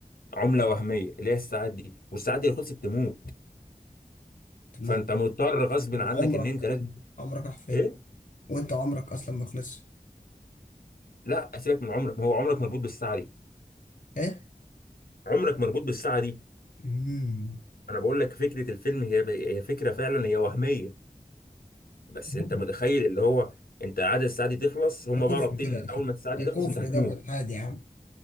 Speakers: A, on the left (about 80°); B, on the left (about 60°).
A: عمله وهميه اللي هي الساعات دي والساعات دي لو خلصت تموت
B: تموت
A: فانت مضطر غصب
B: طب
A: عنك
B: عمرك
A: ان انت لازم
B: عمرك راح فين
A: ايه
B: وانت عمرك اصلا ما خلصش
A: لا سيبك من عمرك ما هو عمرك مربوط بالساعه دي
B: ايه
A: عمرك مربوط بالساعه دي
B: امم
A: انا بقول لك فكره الفيلم هي هي فكره فعلا هي وهميه بس
B: يا
A: انت
B: ابني
A: متخيل اللي هو انت عدد الساعات دي تخلص هم
B: ده كفر
A: بقى رابطين
B: كده
A: إن
B: يا اخي
A: اول ما الساعه
B: ده
A: دي تخلص
B: كفر
A: انت هتموت
B: ده والحاد يا عم